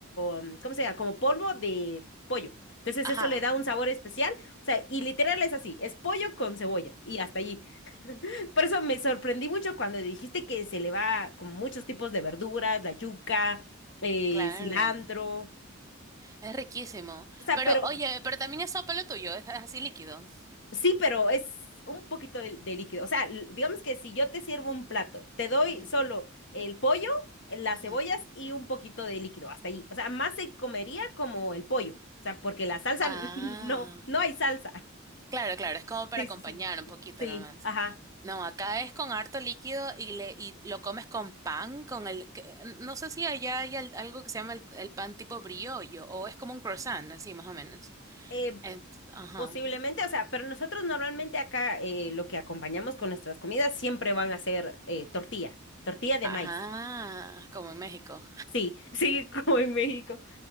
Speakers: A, on the left; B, on the right.
A: o, mm, ¿cómo se llama? Como polvo de pollo. Entonces
B: Ajá.
A: eso le da un sabor especial. O sea, y literal es así, es pollo con cebolla y hasta allí. Por eso me sorprendí mucho cuando dijiste que se le va con muchos tipos de verduras, la yuca, eh,
B: Claro.
A: cilantro.
B: Es riquísimo.
A: O sea,
B: Pero
A: pero
B: oye, pero también es sopa lo tuyo, es, es así líquido.
A: sí, pero es un poquito de, de líquido. O sea, l- digamos que si yo te sirvo un plato, te doy
B: Ujú,
A: solo el pollo, las
B: ujú.
A: cebollas y un poquito de líquido, hasta ahí. O sea, más se comería como el pollo. O sea, porque la salsa,
B: Ah.
A: <laughs> no, no hay salsa.
B: Claro, claro, es como para
A: Sí,
B: acompañar
A: sí, sí.
B: un poquito
A: Sí,
B: nomás.
A: ajá.
B: No, acá es con harto líquido y, le, y lo comes con pan, con el... que- eh, No sé si allá hay al- algo que se llama el, el pan tipo briollo o es como un croissant, así más o menos.
A: Eh,
B: Ent- ajá.
A: Posiblemente, o sea, pero nosotros normalmente acá eh, lo que acompañamos con nuestras comidas siempre van a ser eh, tortilla, tortilla de
B: Ajá,
A: maíz.
B: como en México.
A: Sí, sí, <laughs> como en México.